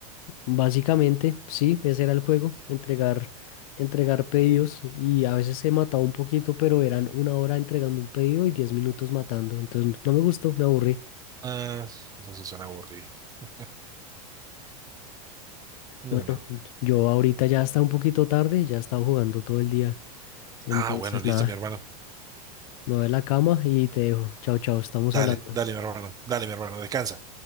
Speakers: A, on the left; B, on the right.
A: Básicamente, sí, ese era el juego, entregar, entregar pedidos y a veces se mataba un poquito, pero eran una hora entregando un pedido y diez minutos matando. Entonces no me gustó, me aburrí.
B: Ah, eso sí suena aburrido. <laughs> No,
A: Bueno,
B: no.
A: yo ahorita ya está un poquito tarde, ya he estado jugando todo el día. Entonces
B: Ah, bueno, listo,
A: nada,
B: mi hermano.
A: mover la cama y te dejo. Chao, chao, estamos
B: Dale,
A: hablando.
B: dale, mi hermano. Dale, mi hermano. Descansa.